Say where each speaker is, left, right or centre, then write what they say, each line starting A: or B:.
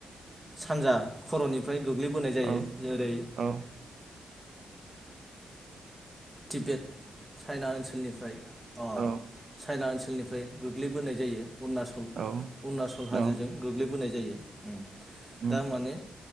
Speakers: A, on the right; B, on the right.
A: सानजा खर'निफ्राय गोग्लैबोनाय जायो
B: औ
A: जेरै
B: औ
A: टि बेद चाइना ओनसोलनिफ्राय अ
B: औ
A: चाइना ओनस सोलनिफ्राय गोग्लैबोनाय जायो। अरुणचल
B: औ
A: उरुणाचल हाजोजों
B: औ
A: गोग्लै बोनाय जायो उम
B: उम
A: दा माने